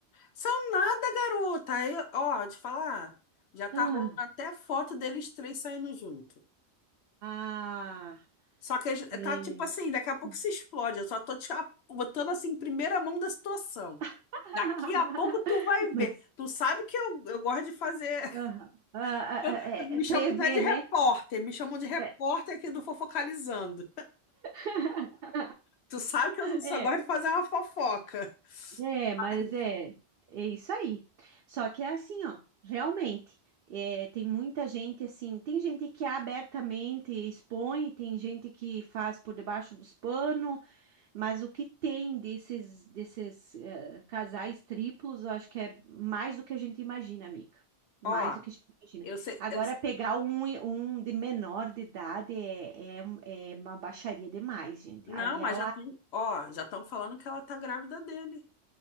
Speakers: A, on the left; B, on the right.
A: São nada, garota. Aí, ó, te falar, já tá
B: Ah,
A: rolando até foto deles três saindo junto.
B: Ah,
A: Só que eles-
B: meu.
A: tá tipo assim, daqui
B: Sim.
A: a pouco se explode. Eu só tô te ap- botando assim em primeira mão da situação.
B: <laughs>
A: Daqui a pouco tu vai ver.
B: mas
A: Tu sabe que eu, eu gosto de fazer.
B: aham, ah, ah,
A: Eu-
B: ah, é,
A: Me
B: é prever,
A: chamam até de repórter,
B: né?
A: me chamam de repórter
B: É,
A: aqui do Fofocalizando.
B: <laughs>
A: Tu sabe que eu só
B: É,
A: gosto de fazer uma fofoca.
B: é, mas
A: Ai,
B: é, é isso aí. Só que é assim, ó, realmente. é, tem muita gente assim, tem gente que abertamente expõe, tem gente que faz por debaixo dos panos, Mas o que tem desses, desses eh, casais triplos, eu acho que é mais do que a gente imagina, amiga. Mais
A: Ó,
B: do que a gente imagina.
A: eu sei,
B: Agora,
A: eu sei-
B: pegar um, um de menor de idade é, é, um- é uma baixaria demais, gente.
A: não,
B: Aí ela,
A: mas já estão, ó, já estão falando que ela tá grávida dele,